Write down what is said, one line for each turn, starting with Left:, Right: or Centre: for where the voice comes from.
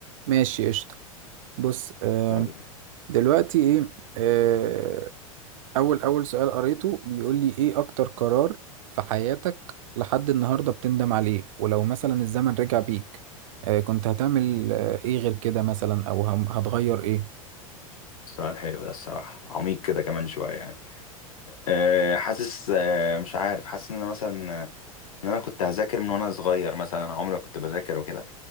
Right: ماشي قشطه بص آه،
Left: يلا
Right: دلوقتي ايه آه، اول اول سؤال قريته بيقول لي ايه اكتر قرار في حياتك لحد النهارده بتندم عليه ولو مثلا الزمن رجع بيك آه كنت هتعمل آه ايه غير كده مثلا او هم- هتغير ايه
Left: سؤال حلو ده الصراحه عميق كده كمان شويه يعني أه حاسس أه مش عارف حاسس ان انا مثلا آه، ان انا كنت هذاكر من وانا صغير مثلا أنا عمري ما كنت بذاكر وكده